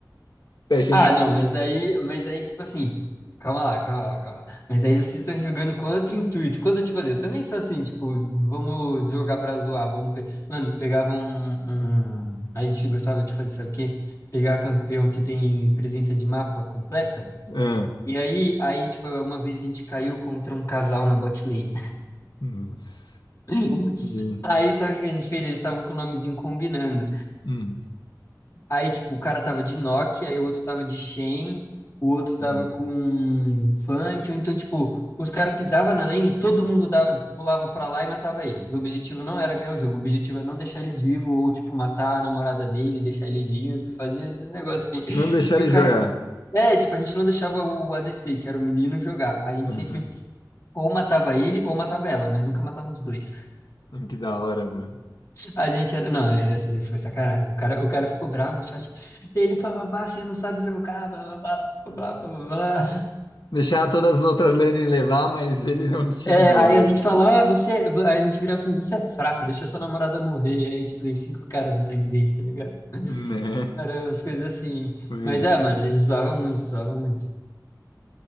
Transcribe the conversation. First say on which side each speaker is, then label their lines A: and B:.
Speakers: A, on the left; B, on the left.
A: A gente.
B: Ah, não, mas aí, mas aí, tipo assim, calma lá, calma lá, calma lá. Mas aí vocês estão jogando com outro intuito. Quando, tipo assim, eu também sou assim, tipo, vamos jogar pra zoar, vamos, pe- mano, pegava um, um- A gente gostava de fazer, sabe o quê? Pegar campeão que tem presença de mapa completa.
A: Ah,
B: E aí, aí, tipo, uma vez a gente caiu contra um casal na bot lane.
A: nossa.
B: <laughs>
A: E-
B: Aí, sabe o que a gente fez? Eles estavam com o nomezinho combinando.
A: hum,
B: Aí, tipo, o cara tava de Nokia, aí o outro tava de Shen, o outro tava
A: hum.
B: com Fantio. Então, tipo, os caras pisavam na lane, e todo mundo dava, pulava pra lá e matava eles. O objetivo não era ganhar o jogo, o objetivo era não deixar eles vivos, ou, tipo, matar a namorada dele, deixar ele vivo, fazer um negócio assim. <laughs>
A: Não deixar
B: E
A: ele
B: o cara.
A: jogar.
B: É, tipo, a gente não deixava o ADC, que era o menino, jogar. A gente
A: <laughs>
B: sempre Ou matava ele ou matava ela, mas nunca matava os dois.
A: Que da hora, mano.
B: A gente era. Não, era assim, foi sacanagem. O cara, o cara ficou bravo no chat. Ele, pá, pá, pá, vocês não sabem jogar, blá, blá, blá. Blá, blá, blá. blá."
A: Deixar todas as outras lanes levar, mas ele não tinha
B: É,
A: jogo.
B: aí a gente falou, ah, você. A gente virava assim, você é fraco, deixa sua namorada morrer. Aí, tipo, tem cinco caras na lane dele, tá ligado?
A: Né?
B: Eram umas coisas assim.
A: Mas,
B: Mas é, mano, a gente zoava muito, zoava muito.